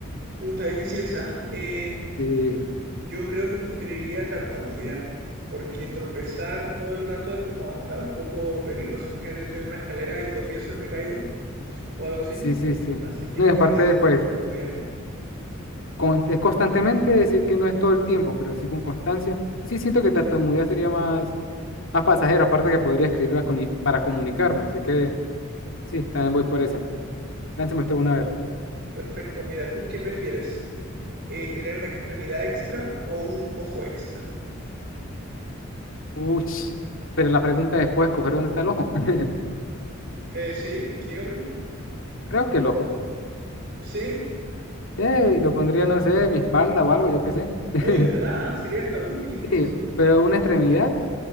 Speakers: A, on the right (about 50°); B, on the left (about 65°).
A: Uh, está difícil esa. Eh,
B: Sí,
A: yo creo que preferiría tartamudear, porque tropezar todo el rato es como hasta un poco peligroso. Imagínate, estoy en una escalera y tropiezo y me caigo o algo así.
B: sí, sí, sí.
A: Así que
B: No,
A: prefiero
B: y aparte, pues,
A: tartamudear.
B: con- es constantemente decir que no es todo el tiempo, pero sí con constancia. Sí siento que tartamudea sería más, más pasajero, aparte que podría escribirla con i- para comunicarme, así que sí, también voy por esa. Lánceme usted una a ver.
A: Perfecto. Mira, ¿tú qué prefieres? eh, tener una extremidad extra o un ojo extra.
B: Uy, pero la pregunta después, coger dónde está el ojo. <laughs>
A: Eh, sí, sí, obvio.
B: Creo que el ojo.
A: Sí,
B: Sí, lo pondría, no sé, en mi espalda o algo, yo qué sé. <laughs>
A: oye, ¿verdad? ¿eh? Sería hasta útil incluso.
B: Sí, pero una extremidad.